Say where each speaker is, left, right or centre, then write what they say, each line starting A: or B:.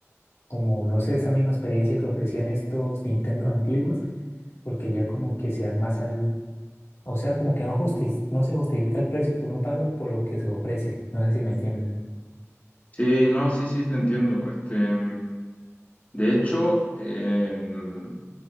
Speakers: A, on the left; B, on the left.
A: como, no sé, esa misma experiencia que ofrecían estos Nintendo antiguos, porque ya como que se dan más al, o sea, como que no justi- no se justifica el precio que uno paga por lo que se ofrece, no sé si me entiendes.
B: Sí, no, sí, sí, te entiendo. Este, de hecho, em,